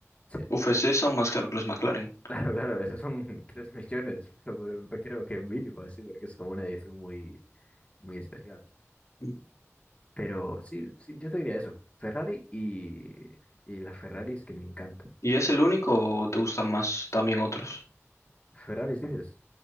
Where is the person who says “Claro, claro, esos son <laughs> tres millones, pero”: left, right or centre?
Left